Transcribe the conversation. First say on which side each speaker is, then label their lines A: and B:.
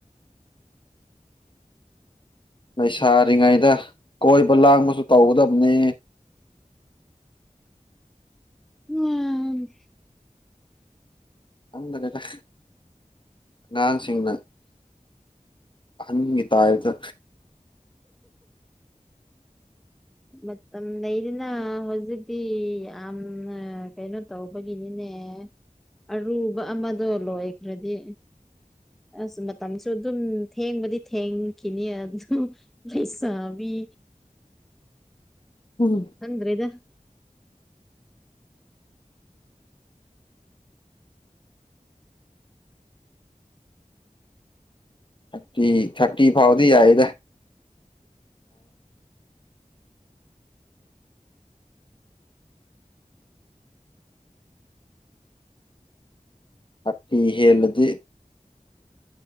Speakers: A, on the left; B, in the centre.
A: ꯂꯩꯁꯥꯔꯤꯉꯩꯗ ꯀꯣꯏꯕ ꯂꯥꯡꯕꯁꯨ ꯇꯧꯒꯗꯕꯅꯤ
B: ꯎꯝ
A: ꯑꯗꯅꯤꯗ ꯑꯉꯥꯡꯁꯤꯡꯅ ꯑ ꯇ ꯍꯥꯏꯗ
B: ꯃꯇꯝ ꯂꯩꯗꯅ ꯍꯧꯖꯤꯛꯇꯤ ꯌꯥꯝ ꯀꯩꯅꯣ ꯇꯧꯕꯒꯤꯅꯤꯅꯦ ꯑꯔꯨꯕ ꯑꯃꯗꯣ ꯂꯣꯏꯈ꯭ꯔꯗꯤ ꯑꯁ ꯃ ꯃꯇꯝꯝꯁꯨ ꯑꯗꯨ ꯊꯦꯡꯕꯗꯤ ꯊꯦꯡꯈꯤꯅꯤ ꯑꯗꯨꯝ ꯂꯩꯩꯁꯥꯕꯤ
A: ꯊꯥꯔꯇꯤ
B: ꯍꯗ꯭ꯔꯦ ꯏꯗ
A: ꯊꯇ ꯊꯔꯇꯤ ꯐꯥꯎꯗꯤ ꯌꯥꯏꯗ ꯑꯄꯤꯤ ꯍꯂꯨꯗꯤ